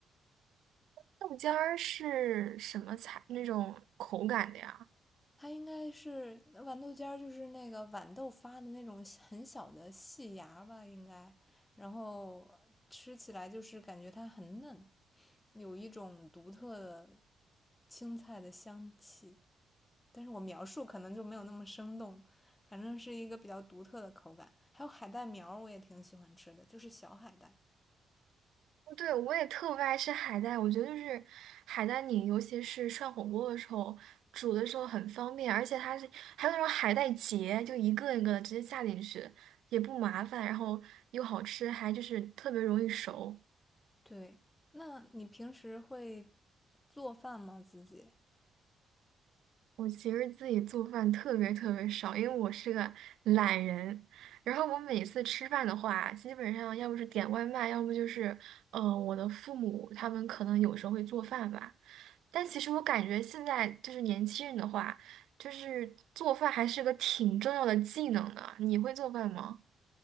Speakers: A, on the right; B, on the left.
A: 豆尖儿是什么菜？那种口感的呀？
B: 它应该是豌豆尖儿，就是那个豌豆发的那种很小的细芽吧，应该。然后吃起来就是感觉它很嫩，有一种独特的青菜的香气。但是我描述可能就没有那么生动，反正是一个比较独特的口感。还有海带苗儿，我也挺喜欢吃的，就是小海带。
A: 对，我也特别爱吃海带，我觉得就是海带泥，尤其是涮火锅的时候煮的时候很方便，而且它是还有那种海带结，就一个一个的直接下进去，也不麻烦，然后又好吃，还就是特别容易熟。
B: 对，那你平时会做饭吗？自己
A: 我其实自己做饭特别特别少，因为我是个懒人。然后我每次吃饭的话，基本上要不是点外卖，要不就是，呃，我的父母他们可能有时候会做饭吧。但其实我感觉现在就是年轻人的话，就是做饭还是个挺重要的技能的。你会做饭吗？